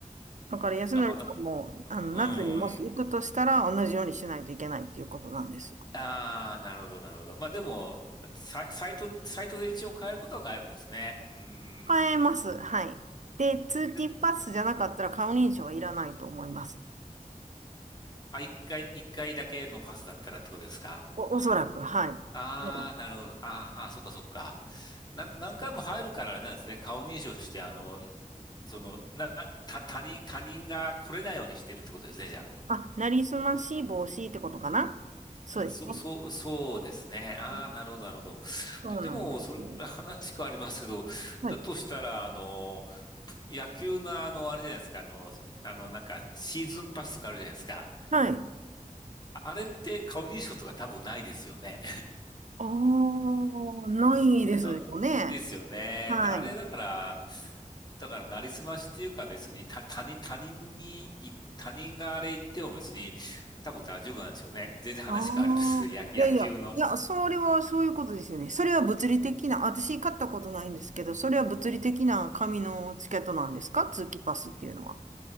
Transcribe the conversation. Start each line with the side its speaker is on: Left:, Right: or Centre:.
Right: だから、安則さんも、
Left: なかな、うーん。
Right: あの、夏にもし行くとしたら、同じようにしないといけないっていうことなんですよ。
Left: ああ、なるほど、なるほど。まあでも、サイ、サイト、サイトで一応変えることは変えるんですね。うーん。
Right: 買えます。はい。で、通勤パスじゃなかったら顔認証はいらないと思います。
Left: であ、一回、一回だけのパスだったらってことですか
Right: お、おそらく、はい。
Left: ああー、
Right: そう
Left: なるほど。あーあー、そっかそっか。な、何回も入るからあれなんですね。顔認証して、あの、その、な、た、他人、他人が来れないようにしてるってことですね、じゃ
Right: あ、なりすまし防止ってことかなそうですね。
Left: あ。そう、そう、そうですね。ああ、
Right: うん
Left: なるほど、なるほど。
Right: そうなんですよ。
Left: で、でも、それ、話変わりますけど、
Right: はい。
Left: だとしたら、あの、野球のあの、あれじゃないですか、あの、あの、なんか、シーズンパスとかあるじゃないですか。
Right: はい。
Left: ああれって顔認証とか多分ないですよね。
Right: ああ、ないですよね。
Left: だですよね。
Right: はい。
Left: で、あれだから、だから、なりすましっていうか別に、た、他人、他人に、い他人があれ言っても別に、多分大丈夫なんでしょうね。全然話変わります。
Right: ああ、
Left: 野、野球の。
Right: いやいや、いや、それはそういうことですよね。それは物理的な、私買ったことないんですけど、それは物理的な紙のチケットなんですか通期パスっていうのは。